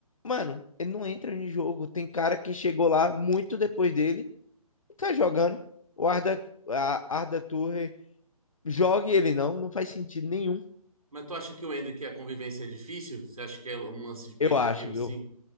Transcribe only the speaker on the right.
Mas tu acha que o Hendrick, a convivência é difícil? Você acha que é um lance de perfil
assim?